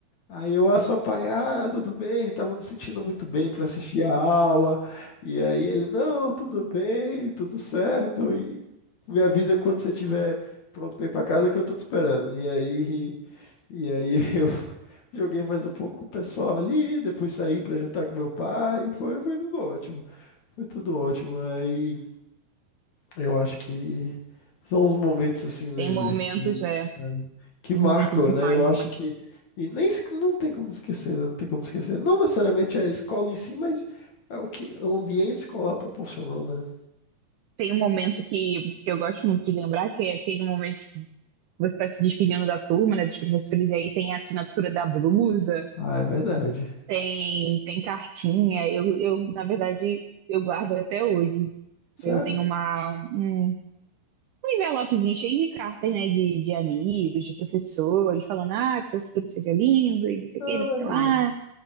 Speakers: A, on the left; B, on the right.
A: Aí eu ah, só pai, ah, tudo bem, tava me sentindo muito bem para assistir a aula. E aí ele, não, tudo bem, tudo certo. E me avisa quando você estiver pronto para ir para casa que eu tô te esperando. E aí, e aí <laughs> eu joguei mais um pouco com o pessoal ali, depois saí para jantar com meu pai. Foi, foi tudo ótimo. Foi tudo ótimo. Aí eu acho que são os momentos assim, né,
B: tem
A: divertidos.
B: momentos, é,
A: É que
B: muito
A: marcou,
B: demais,
A: né? Eu
B: demais.
A: acho que. E nem es- não tem como esquecer, né? Não tem como esquecer. Não necessariamente é a escola em si, mas é o que o ambiente escolar proporcionou, né?
B: Tem um momento que, que eu gosto muito de lembrar, que é aquele momento que você está se despedindo da turma, né, dos professores, e aí tem a assinatura da blusa.
A: Ah, é verdade.
B: Tem, tem cartinha. Eu, eu, na verdade, eu guardo até hoje.
A: Sério?
B: Eu tenho uma, um, um envelopezinho cheio de cartas, né? De, de amigos, de professores, falando, ah, que seu futuro seja lindo e não sei
A: Ah,
B: o que, não sei
A: legal.
B: o que lá.